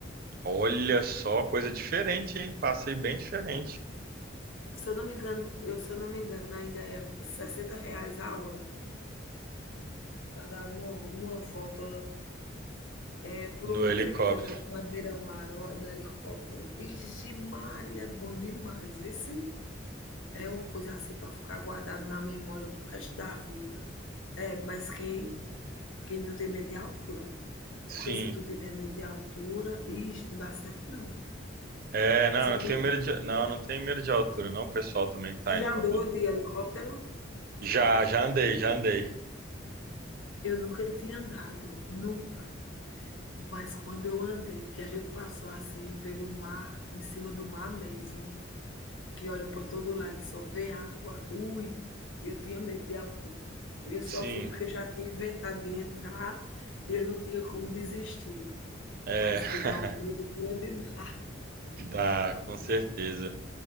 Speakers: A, on the right; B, on the left.
A: Olha só, coisa diferente, hein? Passei bem diferente
B: Se eu não me engano, eu, se eu não me engano, ainda é 60 reais a hora para dar uma, uma volta é, por
A: no
B: onde você
A: helicóptero.
B: quiser, na, na beira-mar, no, no helicóptero. Ixi, Maria, é bom demais, vê se é uma coisa assim para ficar guardado na memória pro resto da vida. É, mas quem Quem não tem medo de altura.
A: Sim.
B: Porque se tu tiver medo de altura, isso não dá certo, não.
A: É, não,
B: Se
A: não
B: tu,
A: tenho medo de, não, não tenho medo de altura, não, o pessoal também que tá
B: tu
A: indo
B: já
A: comigo.
B: andou de helicóptero?
A: Já, já andei, já andei.
B: Eu nunca tinha andado, nunca. Mas quando eu andei, que a gente passou assim pelo mar, em cima do mar mesmo, que olha para todo lado e só vê água, ui, eu tinha medo de altura. Eu
A: Sim.
B: só fui porque eu já tinha inventado de entrar e eu não tinha como desistir.
A: É,
B: Mas
A: <laughs>
B: que dá um medo grande dá.
A: dá, com certeza.